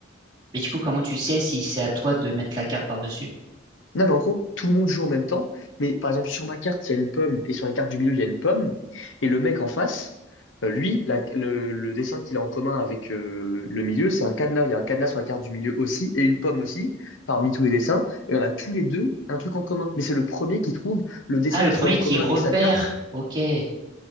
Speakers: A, on the right; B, on the left.
A: Mais du coup, comment tu sais si c'est à toi de mettre la carte par-dessus?
B: Non, mais en gros, tout le monde joue en même temps. Mais par exemple, sur ma carte, il y a une pomme, et sur la carte du milieu, il y a une pomme. Et le mec en face, euh, lui, la- le, le dessin qu'il a en commun avec euh, le milieu, c'est un cadenas. Il y a un cadenas sur la carte du milieu aussi, et une pomme aussi, parmi tous les dessins. Et on a tous les deux un truc en commun. Mais c'est le premier qui trouve le dessin
A: Ah, le
B: qu'il
A: premier
B: a en
A: qui
B: commun
A: repère.
B: avec sa carte
A: Ok. Le